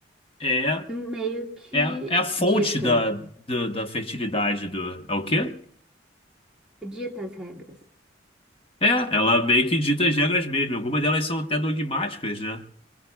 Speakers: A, on the left (about 30°); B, in the centre.
A: é,
B: Meio que
A: é, é a fonte
B: dita,
A: da, da, da fertilidade do, é o quê?
B: dita as regras.
A: É, ela meio que dita as regras mesmo. Algumas delas são até dogmáticas, né?